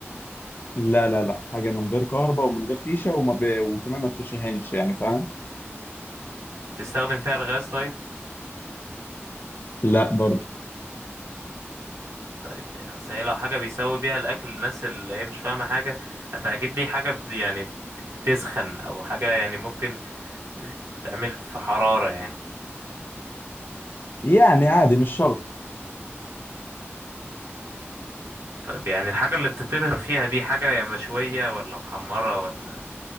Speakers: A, on the left; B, on the right.
A: لا لا لا حاجه من غير كهرباء ومن غير فيشه وما ب... وكمان ما بتشهنش يعني فاهم
B: بتستخدم فيها الغاز طيب
A: لا برضو
B: طيب يعني أصل هي لو حاجة بيسوي بيها الأكل الناس اللي هي مش فاهمة حاجة فأكيد دي حاجة ب- يعني بتسخن أو حاجة يعني ممكن تعمل في حرارة يعني
A: يعني عادي مش شرط
B: طيب يعني الحاجة اللي بتطبخ فيها دي حاجة يعني مشوية ولا محمرة ولا